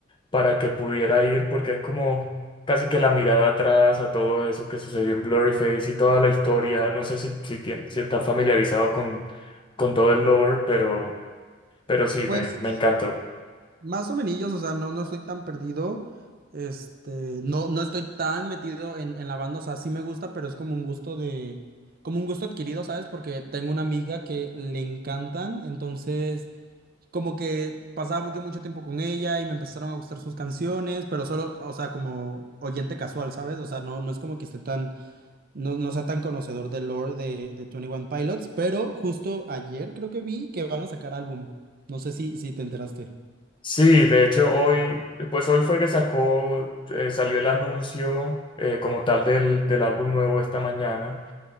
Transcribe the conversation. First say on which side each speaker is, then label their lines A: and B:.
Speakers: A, on the left; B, on the right.
A: para que pudiera ir, porque es como casi que la mirada atrás a todo eso que sucedió en Blurryface y toda la historia. No sé si, si, tien- si estás familiarizado con todo el lore, pero, pero sí,
B: pues
A: me, me encantó.
B: Más o menos, o sea, no, no estoy tan perdido. Este, no, no estoy tan metido en, en la banda. O sea, sí me gusta, pero es como un gusto de, como un gusto adquirido, ¿sabes? Porque tengo una amiga que le encantan. Entonces, como que pasaba yo mucho tiempo con ella y me empezaron a gustar sus canciones, pero solo, o sea, como oyente casual, ¿sabes? O sea, no, no es como que esté tan, no, no sea tan conocedor del lore de, de Twenty One Pilots, pero justo ayer creo que vi que van a sacar álbum. No sé si, si te enteraste.
A: Sí, de hecho hoy, pues hoy fue que sacó, eh, salió el anuncio eh, como tal del, del álbum nuevo esta mañana.